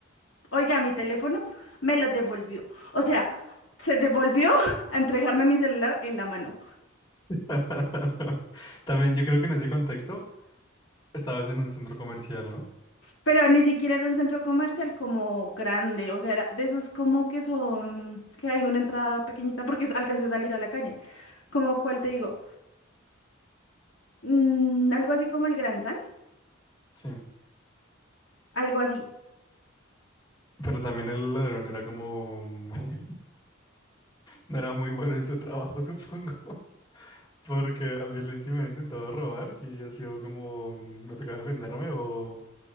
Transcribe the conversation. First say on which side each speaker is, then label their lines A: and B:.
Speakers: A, on the left; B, on the left.
A: oiga, mi teléfono me lo devolvió. O sea, se devolvió <laughs> a entregarme mi celular en la mano.
B: <laughs> También yo creo que en ese contexto estabas en un centro comercial, ¿no?
A: Pero ni siquiera era un centro comercial como grande, o sea, era de esos como que son, que hay una entrada pequeñita porque alcancé a salir a la calle. Como cuál te digo, Mm, algo así como el Gran San,
B: Sí.
A: algo así.
B: Pero también el ladrón era como... <laughs> No era muy bueno en su trabajo, supongo. <laughs> Porque a mí sí me han intentado robar, sí ha sido como... mm, Me toca defenderme o,